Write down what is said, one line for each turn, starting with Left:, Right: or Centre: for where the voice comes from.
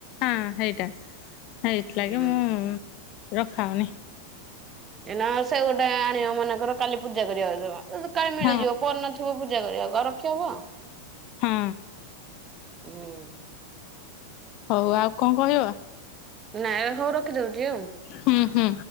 Left: ହଁ ସେଇଟା ହେଇଥିଲାଗି
Right: ହୁଁ।
Left: ମୁଁ ରଖା ହଉନି।
Right: ଏଇନା ସେ ଗୋଟେ ଆଣିବ ମନେଙ୍କର କାଲି ପୂଜା କରିବା ଯିବ। ସକାଳେ ମିଳିଯିବ
Left: ହଁ।
Right: ଫୋନ ନଥିବପୂଜା କରିବାକୁ ଆଉ ରଖିବ କଣ।
Left: ହଁ
Right: ହୁଁ।
Left: ହୋଉ ଆଉ କଣ କହିବ?
Right: ନାଇବା ଖବର ରଖି ଦଉଛି ଆଉ।
Left: ହୁଁ ହୁଁ।